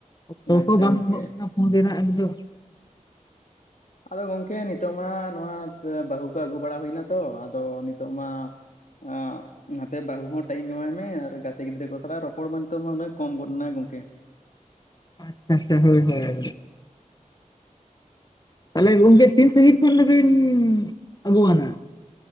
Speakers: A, on the left; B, on the left.
A: ᱚᱠᱛᱚ
B: ᱟᱪᱪᱷᱟ
A: ᱦᱚᱸ ᱵᱟᱝ
B: ᱜᱚᱝᱠᱮ
A: ᱠᱟᱱᱟ ᱯᱷᱳᱱ ᱨᱮᱱᱟᱜ ᱮᱠᱫᱚᱢ,
B: ᱟᱫᱚ ᱜᱚᱢᱠᱮ ᱱᱤᱛᱚᱜ ᱢᱟ ᱱᱚᱣᱟ ᱵᱟᱹᱦᱩ ᱠᱚ ᱟᱹᱜᱩ ᱵᱟᱲᱟ ᱦᱳᱭᱮᱱᱟ ᱛᱚ ᱟᱫᱚ ᱱᱤᱛᱚᱜ ᱢᱟ ᱟᱸ ᱱᱟᱛᱮ ᱵᱟᱹᱦᱩ ᱦᱚᱸ ᱴᱟᱭᱤᱢ ᱮᱢᱟᱭ ᱢᱮ ᱟᱨ ᱜᱟᱛᱮ ᱜᱟᱛᱮ ᱜᱤᱫᱽᱨᱟᱹ ᱠᱚ ᱥᱟᱞᱟᱜ ᱨᱚᱯᱚᱲ ᱢᱮᱱᱛᱮ ᱢᱟ ᱠᱚᱢ ᱜᱚᱫ ᱱᱟ ᱜᱚᱝᱠᱮ ᱾
A: ᱟᱪᱪᱷᱟ ᱟᱪᱷᱟ ᱦᱳᱭ ᱦᱳᱭ, ᱛᱟᱦᱚᱞᱮ ᱜᱚᱢᱠᱮ ᱛᱤᱱ ᱥᱟᱺᱦᱤᱧ ᱠᱷᱚᱱ ᱫᱩᱵᱤᱱ ᱟᱹᱜᱩᱣᱟᱱᱟ?